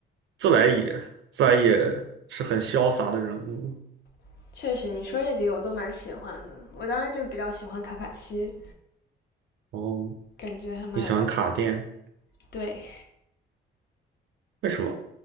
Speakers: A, on the right; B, on the left.
A: 自来也，自来也是很潇洒的人物。
B: <laughs> 确实，你说这几个我都蛮喜欢的。我当时就比较喜欢卡卡西，
A: 哦，
B: 感觉还蛮有意思。
A: 你喜欢卡电，
B: 对。
A: 为什么？